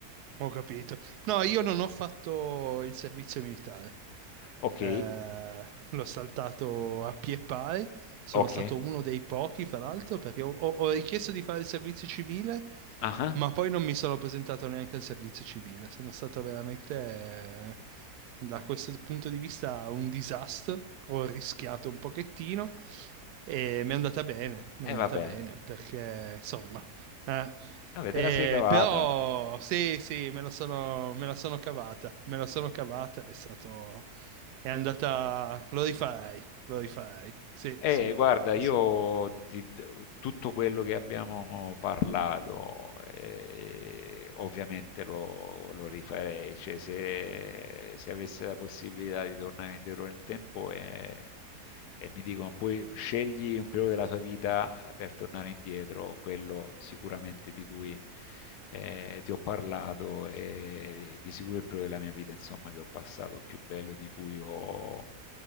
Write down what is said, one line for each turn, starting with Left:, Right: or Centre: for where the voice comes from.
Right: ho capito. No, io non ho fatto il servizio militare.
Left: Ok,
Right: Eh, l'ho saltato a pie pari, sono
Left: ok,
Right: stato uno dei pochi, fra l'altro, perché ho, ho- ho richiesto di fare il servizio civile,
Left: ah,
Right: ma poi non mi sono presentato neanche al servizio civile. Sono stato veramente, eh, da questo punto di vista, un disastro. Ho rischiato un pochettino e mi è andata bene, mi è
Left: e
Right: andata
Left: vabbè,
Right: bene, perché insomma... eh,
Left: avete
Right: eh,
Left: la sei cavata.
Right: però sì, sì, me la sono, me la sono cavata, me la sono cavata, è stato, è andata... Lo rifarei, lo rifarei. Sì,
Left: Eh,
Right: sì,
Left: guarda,
Right: ass-
Left: io di t- tutto quello che abbiamo parlato, eh, ovviamente lo, lo rifarei, cioè se, se avessi la possibilità di tornare indietro nel tempo, eh, e mi dicono poi scegli un periodo della tua vita eh, per tornare indietro, quello sicuramente di cui eh, ti ho parlato e di sicuro il periodo della mia vita, insomma, che ho passato più bello e di cui ho,